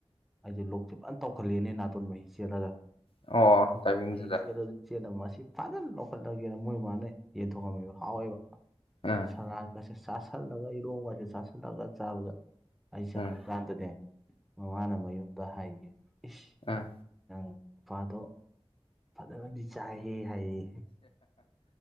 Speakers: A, in the centre; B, on the left.
A: ꯑꯩꯁꯦ ꯂꯣꯛꯁꯦ ꯐꯖꯅ ꯇꯧꯈꯠꯂꯦꯅꯦ ꯅꯥꯇꯣꯟ ꯃꯍꯤ ꯆꯦꯜꯂꯒ
B: ꯑꯣ ꯇꯥꯏꯃꯤꯡꯗꯨꯗ
A: ꯃꯍꯤ ꯆꯦꯜꯂ ꯆꯦꯗ ꯃꯁꯤ ꯐꯖꯅ ꯂꯧꯈꯠꯂꯒꯦꯅ ꯃꯣꯏ ꯃꯥꯅ ꯌꯦꯟꯊꯣꯛꯑꯝꯃꯦꯕ ꯍꯥꯎꯋꯦꯕ
B: ꯎꯝ
A: ꯁꯅꯥꯀꯁꯦ ꯆꯥꯁꯤꯜꯂꯒ ꯏꯔꯣꯡꯒꯁꯦ ꯆꯥꯥꯁꯜꯂꯒ ꯆꯥꯕꯗ ꯑꯩ ꯆꯠꯄ
B: ꯎꯝ
A: ꯀꯥꯟꯗꯅꯦ ꯃꯃꯥꯅ ꯃꯌꯨꯝꯗ ꯍꯥꯏꯒ ꯏꯁ
B: ꯑꯥ
A: ꯅꯪ ꯅꯨꯄꯥꯗꯣ ꯐꯖꯅꯗꯤ ꯆꯥꯏꯍꯦ ꯍꯥꯏꯌꯦ ꯍꯦꯛ